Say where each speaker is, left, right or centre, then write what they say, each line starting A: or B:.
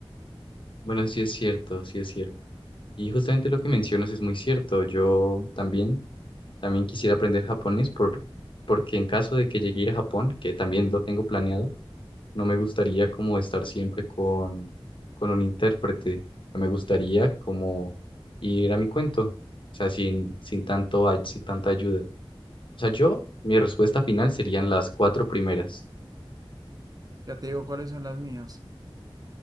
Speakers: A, on the left; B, on the right.
A: Bueno, sí es cierto, sí es cierto. Y justamente lo que mencionas es muy cierto. Yo también, también quisiera aprender japonés por, porque en caso de que llegue a ir a Japón, que también lo tengo planeado, no me gustaría como estar siempre con, con un intérprete. O sea, me gustaría como ir a mi cuento, o sea, sin, sin tanto, ay- sin tanta ayuda. O sea, yo, mi respuesta final serían las cuatro primeras.
B: Ya te digo cuáles son las mías,